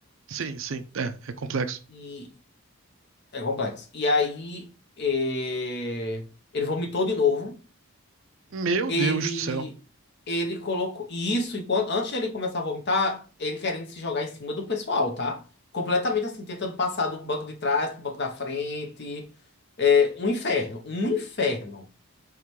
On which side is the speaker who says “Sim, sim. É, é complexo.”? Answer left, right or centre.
Right